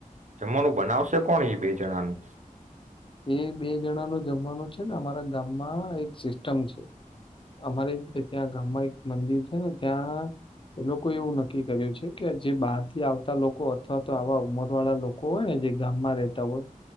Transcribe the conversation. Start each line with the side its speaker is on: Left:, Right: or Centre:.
Right: જમવાનું બનાવશે કોણ ઈ બે જણાનું.
Left: એ બે જણા નુ જમવાનુ છે ને અમારા ગામમાં એક સિસ્ટમ છે, અમારે ત્યાં ગામમાં એક મંદિર છે ને ત્યાં એ લોકો એવું નક્કી કર્યું છે કે જે બહારથી આવતા લોકો અથવા તો આવા ઉંમર વાળા લોકો હોય ને જે ગામમાં રહેતા હોય